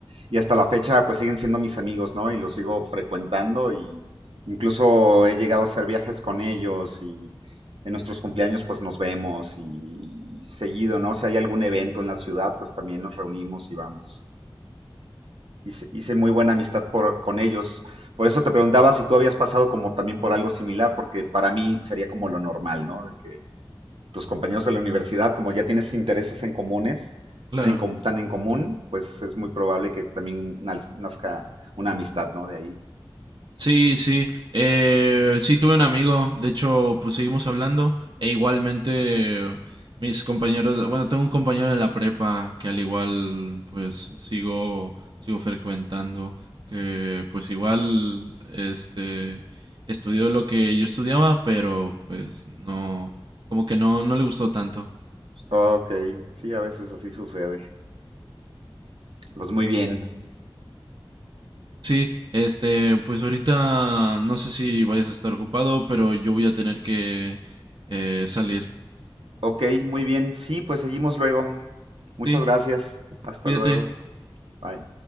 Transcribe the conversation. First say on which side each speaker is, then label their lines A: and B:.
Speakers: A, on the right (about 85°); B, on the right (about 55°).
A: y hasta la fecha pues siguen siendo mis amigos, ¿no? Y los sigo frecuentando y incluso he llegado a hacer viajes con ellos y en nuestros cumpleaños pues nos vemos y seguido, ¿no? Si hay algún evento en la ciudad pues también nos reunimos y vamos hice, hice muy buena amistad por, con ellos. Por eso te preguntaba si tú habías pasado como también por algo similar, porque para mí sería como lo normal, ¿no? De que tus compañeros de la universidad, como ya tienes intereses en comunes,
B: claro.
A: en com- tan en común, pues es muy probable que también naz- nazca una amistad, ¿no? De ahí.
B: Sí, sí. Eh, sí, tuve un amigo. De hecho, pues seguimos hablando. E igualmente, mis compañeros. Bueno, tengo un compañero en la prepa que al igual, pues sigo, sigo frecuentando. Que pues igual, este, estudió lo que yo estudiaba, pero pues no, como que no, no le gustó tanto.
A: Ok, sí, a veces así sucede. Pues muy bien.
B: Sí, este, pues ahorita no sé si vayas a estar ocupado, pero yo voy a tener que eh, salir.
A: Ok, muy bien. Sí, pues seguimos luego. Muchas
B: Sí,
A: gracias. Hasta
B: cuídate.
A: luego. Bye.